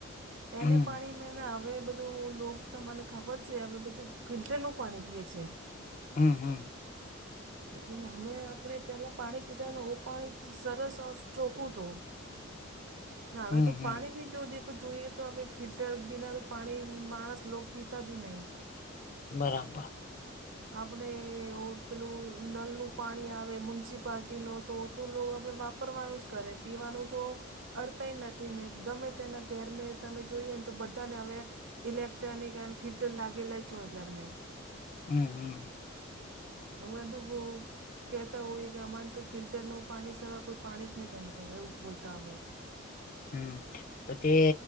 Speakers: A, on the left (about 40°); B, on the right (about 65°).
A: હમ
B: એને પાણી મે ના હવે બધ ધું લોક તમને ખબર છે હવે બધું ફિલ્ટરનું પાણી પીએ છે.
A: હમ્મ-હમ્મ.
B: લેકિન હમે આપણે પહેલા પાણી પીતા ને ઓ પાણી સરસ ઔર ચોખ્ખું તો.
A: <inaudible>
B: ને હવે
A: હમ
B: તો
A: હમ
B: પાણી બી જો દે તો જોઈએ તો હવે ફિલ્ટર બીના તો પાણી માણસ લોક પીતા બી નહીં.
A: બરાબર.
B: આપણે એવો પેલું નલનું પાણી આવે મ્યુનિસિપાલટીનો તો તો લો આપણે વા પરવાનું જ કરે પીવાનું તો અડતાય નથી ને ગમે તેના ઘેર મે તમે જોઈએ ને તો બધાને હવે ઇલેક્ટ્રોનિક એમ ફિલ્ટર લાગેલા જ હોય ઘરમે
A: હમ હમ.
B: હવે બધું બોવ કહેતા હોઈએ કે અમારને તો ફિલ્ટરનું પાણી સિવા કોઈ પાણી જ નહીં ગમતું, એવું બોલતા હોય.
A: હમ્મ. તો તે